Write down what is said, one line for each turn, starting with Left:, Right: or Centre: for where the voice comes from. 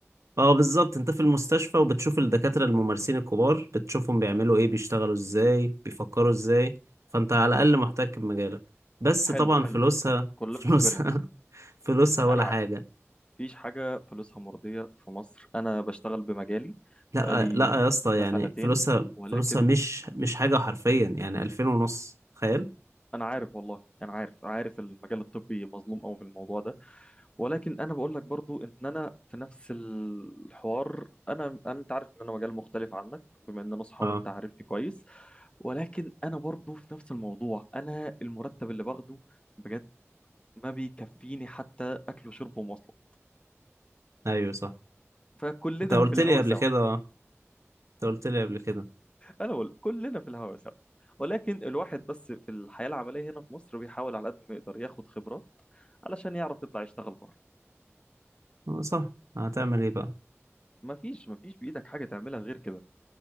Right: اه بالظبط انت في المستشفى وبتشوف الدكاترة الممارسين الكبار بتشوفهم بيعملوا ايه بيشتغلوا ازاي بيفكروا ازاي فانت على الاقل محتك بمجالك بس
Left: حلو
Right: طبعا
Left: حلو
Right: فلوسها
Left: كلها
Right: <laughs> فلوسها
Left: اكسبيرينس
Right: فلوسها ولا
Left: انا عارف
Right: حاجة
Left: مفيش حاجه فلوسها مرضيه في مصر انا بشتغل بمجالي
Right: لا
Left: بقالي
Right: لا يا اسطى
Left: سنه
Right: يعني
Left: سنتين
Right: فلوسها
Left: ولكن
Right: فلوسها مش مش حاجة حرفيا يعني ألفين ونص تخيل
Left: انا عارف والله انا عارف عارف المجال الطبي مظلوم قوي في الموضوع ده ولكن انا بقول لك برضو ان انا في نفس الحوار انا أنا- انت عارف ان انا مجال مختلف عنك بما ان انا صحابي
Right: اه
Left: انت عارفني كويس ولكن انا برضو في نفس الموضوع انا المرتب اللي باخده بجد ما بيكفيني حتى اكل وشرب ومواصلات
Right: ايوه صح
Left: فكلنا
Right: انت قلت
Left: في الهوا
Right: لي قبل
Left: سوا
Right: كده اه انت قلت لي قبل كده
Left: انا بقول كلنا في الهوا سوا ولكن الواحد بس في الحياة العملية هنا في مصر بيحاول على قد ما يقدر ياخد خبرات علشان يعرف يطلع يشتغل بره
Right: اه صح هتعمل ايه بقى
Left: ما فيش ما فيش بإيدك حاجة تعملها غير كده